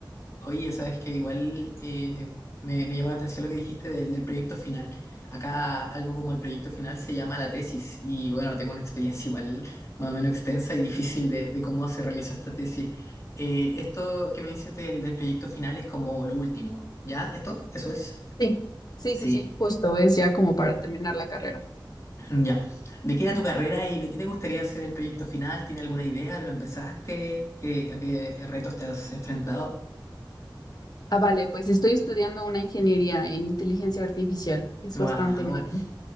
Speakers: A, on the left; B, on the left.
A: Oye, sabes que igual eh, me, me llamó la atención lo que dijiste del, del proyecto final. Acá algo como el proyecto final se llama la tesis y bueno, tengo una experiencia igual más o menos extensa y difícil de, de cómo se realizó esta tesis. Eh, esto que me dices del, del proyecto final es como lo último, ¿ya? ¿Esto? ¿Eso es?
B: Sí, sí,
A: Sí,
B: sí, sí, justo, es ya como para terminar la carrera.
A: mm, ya. ¿De qué era tu carrera y de qué te gustaría hacer el proyecto final? ¿Tiene alguna idea? ¿Lo empezaste? ¿Qué, a qué retos te has enfrentado?
B: Ah, vale, pues estoy estudiando una ingeniería en inteligencia artificial, es
A: Wow,
B: bastante nuevo.